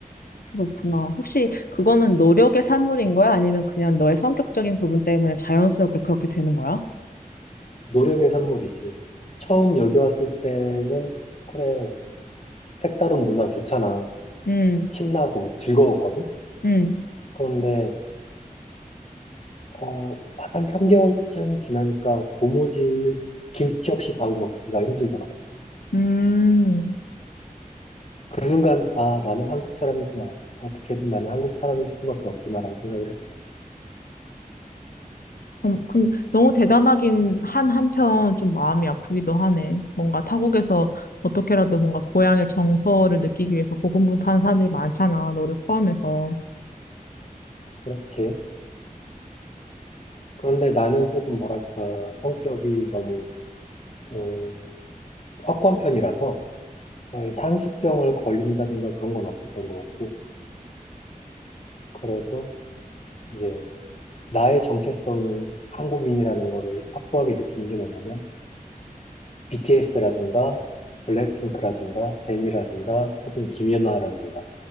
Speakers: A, on the left; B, on the left.
A: 그렇구나. 혹시 그거는 노력의 산물인 거야? 아니면 그냥 너의 성격적인 부분 때문에 자연스럽게 그렇게 되는 거야?
B: 노력의 산물이지. 처음 여기 왔을 때는 그래 색다른 문화 좋잖아.
A: 음,
B: 신나고 즐거웠거든.
A: 음,
B: 그런데 어, 한 3개월쯤 지나니까 도무지 김치 없이 밥을 먹기가 힘들더라고.
A: 음.
B: 그 순간 아 나는 한국 사람이구나. 어떻게든 나는 한국 사람일 수밖에 없구나라고 생각을 했어.
A: 음, 그, 너무 대단하긴 한 한편 좀 마음이 아프기도 하네. 뭔가 타국에서 어떻게라도 뭔가 고향의 정서를 느끼기 위해서 고군분투하는 사람들이 많잖아. 너를 포함해서.
B: 그렇지. 그런데 나는 조금 뭐랄까 성격이 너무 어, 확고한 편이라서 어, 향수병을 걸린다든가 그런 건 없었던 것 같고 그래도 이제 나의 정체성이 한국인이라는 거를 확고하게 느낀 게 뭐냐면 BTS라든가 블랙핑크라든가 제니라든가 혹은 김연아라든가